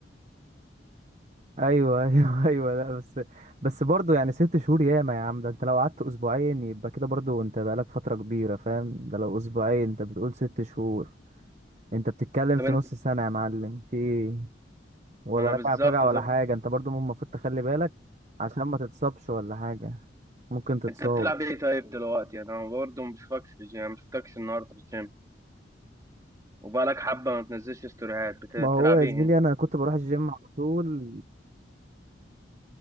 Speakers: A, on the right; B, on the right.
A: أيوه أيوه <laughs> أيوه لا بس بس برضه يعني ست شهور ياما يا عم ده أنت لو قعدت أسبوعين يبقى كده برضه أنت بقالك فترة كبيرة فاهم؟ ده لو أسبوعين أنت بتقول ست شهور أنت بتتكلم
B: طب
A: في
B: انت
A: نص سنة يا معلم في إيه؟ ولا
B: انا
A: راجع
B: بالظبط
A: فجأة
B: طب
A: ولا حاجة انت برضو المفروض تخلي بالك عشان ما تتصابش ولا حاجة ممكن تتصاب
B: انت بتلعب ايه طيب دلوقتي انا برضه ما بشوفكش في الجيم ما شفتكش النهارده في الجيم وبقالك حبه ما تنزلش ستوريهات بت-
A: ما هو
B: بتلعب
A: يا
B: ايه
A: زميلي انا كنت بروح الجيم على طول